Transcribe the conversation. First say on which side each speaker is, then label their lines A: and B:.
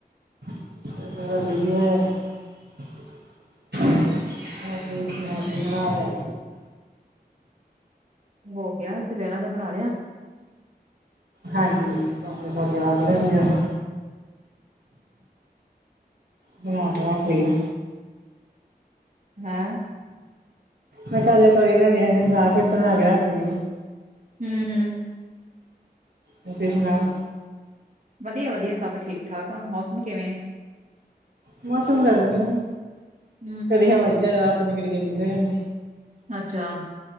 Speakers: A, on the right; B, on the right.
A: <unintelligible> ਬਿਜੀ ਹੋਏ <inaudible> ਹੋਰ ਤੁਸੀਂ
B: ਚਲੋ
A: ਸੁਣਾਓ,
B: ਵਧੀਆ
A: ਕੀ ਬਣਾ
B: ਕੇ
A: ਲਿਆ?
B: ਹੋ ਗਿਆ, ਦੁਪਹਿਰਾ ਦਾ ਬਣਾ ਲਿਆ?
A: ਹਾਂਜੀ, <inaudible>
B: ਹੂੰ
A: ਬਣਾ ਕੇ ਰੱਖ ਲੀ ਆ
B: ਹੈ।
A: ਮੈਂ ਕਿਹਾ ਹਾਲੇ ਤੋਰੀ ਲੈਨੀਆ ਨੇ, ਰਾਤ ਲੀ ਬਣਾ ਕੇ ਰੱਖਦੀ ਆ।
B: ਹੂੰ ਹੂੰ।
A: ਤੁਸੀਂ ਸੁਣਾਓ?
B: ਵਧੀਆ ਵਧੀਆ ਸਭ ਠੀਕ ਠਾਕ ਆ, ਮੌਸਮ ਕਿਵੇਂ?
A: ਮੌਸਮ ਗਰਮੀ।
B: ਹੂੰ।
A: ਕਦੀ ਹਵਾ ਜੀ ਚੱਲਣ ਲੱਗ ਪੈਂਦੀ, ਕਦੀ ਗਰਮੀ ਹੋ ਜਾਂਦੀ।
B: ਅੱਛਾ।